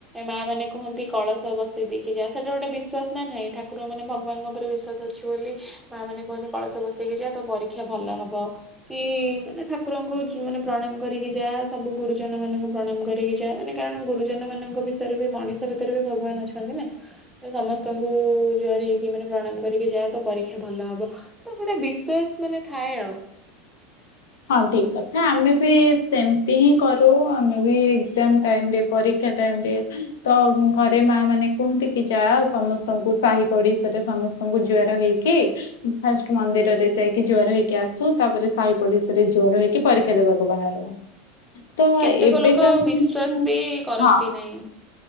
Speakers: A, in the centre; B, on the left.
A: ମା ମାନେ କୁହନ୍ତି କଳସ ବସେଇ ଦେଇକି ଯା ସେଟା ଗୋଟେ ବିଶ୍ୱାସ୍ ନା ନାହିଁ ଠାକୁର ମାନେ ଭଗବାନଙ୍କ ଉପରେ ବିଶ୍ଵାସ ଅଛି ବୋଲି ମା ମାନେ କୁହନ୍ତି କଳସ ବସେଇକି ଯା ତ ପରୀକ୍ଷା ଭଲ ହବ। କି ମାନେ ଠାକୁରଙ୍କୁ ଯୁ-ମାନେ ପ୍ରଣାମ କରିକି ଯା ସବୁ ଗୁରୁଜନ ମାନଙ୍କୁ ପ୍ରଣାମ୍ କରିକି ଯା। ଯା- ମାନେ କାରଣ ଗୁରୁଜନ ମାନଙ୍କ ଭିତରେ ବି ମଣିଷ ଭିତରେ ବି ଭଗବାନ୍ ଅଛନ୍ତି ନା। ତ ସମସ୍ତଙ୍କୁ ଜୁହାର୍ ହେଇକି ମାନେ ପ୍ରଣାମ କରିକି ଯା ତ ପରୀକ୍ଷା ଭଲ ହବ। ତ ଗୋଟେ ବିଶ୍ଵାସ ମାନେ ଥାଏ ଆଉ।
B: ହଁ ଠିକ୍ କଥା ଆମେ ବି ସେମତି ହିଁ କରୁ ଆମେ ବି ଏକ୍ଜାମ୍ ଟାଇମ୍ ରେ ପରି <unintelligible> ଟାଇମ୍ ରେ ତ ଘରେ ମା ମାନେ କୁହନ୍ତି କି ଯା ସମସ୍ତଙ୍କୁ ସାହି ପଡ଼ିଶାରେ ସମସ୍ତ ସ୍ତଙ୍କୁ ଜୁଆର ହେଇକି ଫାଷ୍ଟ୍ ମନ୍ଦିରରେ ଯାଇକି ଜୁଆର ହେଇକି ଆସ୍। ସୁ -ତାପରେ ସାହି ପଡ଼ିଶାରେ ଜୁଆର ହେଇକି ପରୀକ୍ଷା ଦବାକୁ ବାହାରୁ। ତ
A: କେତେକ
B: ଏବେକା
A: ଲୋକ
B: <unintelligible>
A: ବିଶ୍ଵାସ ବି କରନ୍ତି
B: ହଁ।
A: ନାହିଁ।